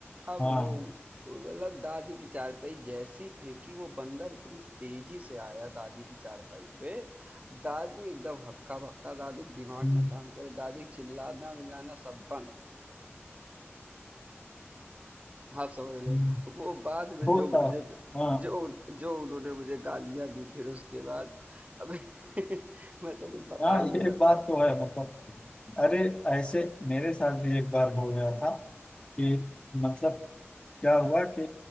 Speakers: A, on the right; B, on the left.
A: अब
B: हाँ
A: वो मतलब दादी की चारपाई जैसी फेंकी वो बंदर इतनी तेजी से आया दादी की चारपाई पे दादी एकदम हक्का बक्का दादी का दिमाग
B: हम्म,
A: ना काम करे दादी का चिल्लाना मिलाना सब बंद आप समझ लो
B: हम्म।
A: वो बाद में
B: होता
A: जो मुझे
B: है। हाँ
A: जो जो उन्होंने मुझे गालियां दी फिर उसके बाद अब <laughs> मैं तो कुछ बता
B: हाँ
A: ही
B: ये
A: नहीं सकता
B: बात तो है मतलब अरे ऐसे मेरे साथ भी एक बार हो गया था कि मतलब क्या हुआ कि